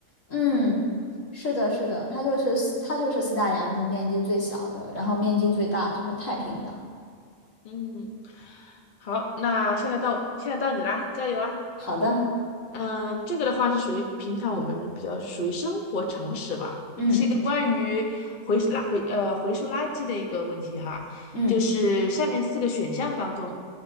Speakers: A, on the left; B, on the left.
A: 嗯，是的，是的，他就是他就是四大洋中面积最小的，然后面积最大就是太平洋。
B: 嗯，好，那现在到现在到你啦，加油啊！
A: 好的，
B: 嗯，这个的话是属于平常我们比较属于生活常识吧，
A: 嗯
B: 是一个关于回收垃回呃回收垃圾的一个问题哈，
A: 嗯，
B: 就是下面四个选项当中，